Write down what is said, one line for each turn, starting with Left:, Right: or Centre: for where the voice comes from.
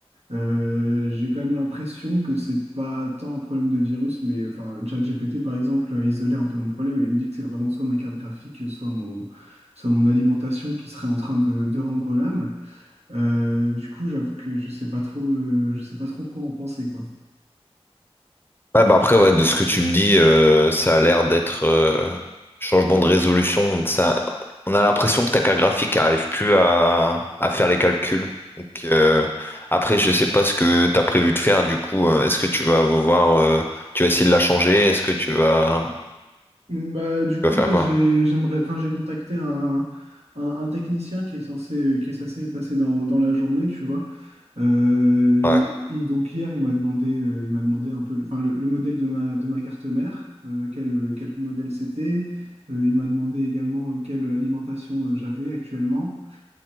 Right: Euh, j'ai quand même l'impression que c'est pas tant un problème de virus, mais enfin, ChatGPT par exemple a isolé un peu mon problème et il me dit que c'est vraiment soit ma carte graphique, soit mon, soit mon alimentation qui serait en train de, de rendre l'âme. Euh, du coup, j'avoue que je sais pas trop, euh, je sais pas trop quoi en penser, quoi.
Left: Ouais, bah après, ouais, de ce que tu me dis, euh, ça a l'air d'être euh, changement de résolution. Ça, on a l'impression que ta carte graphique n'arrive plus à, à faire les calculs. Donc, euh, après, je sais pas ce que tu as prévu de faire. Du coup, euh, est-ce que tu vas voir, euh, tu vas essayer de la changer? Est-ce que tu vas,
Right: Mm, Bah, du coup,
Left: tu vas faire
Right: là,
Left: quoi?
Right: j'ai, j'aimerais, enfin, j'ai contacté un, un, un technicien qui est censé, qui est censé passer dans, dans la journée, tu vois. Euh,
Left: Ouais.
Right: il- donc, hier, il m'a demandé, euh, il m'a demandé un peu, enfin, le, le modèle de ma, de ma carte mère, euh, quel, quel modèle c'était. Euh, il m'a demandé également euh, quelle alimentation euh, j'avais actuellement.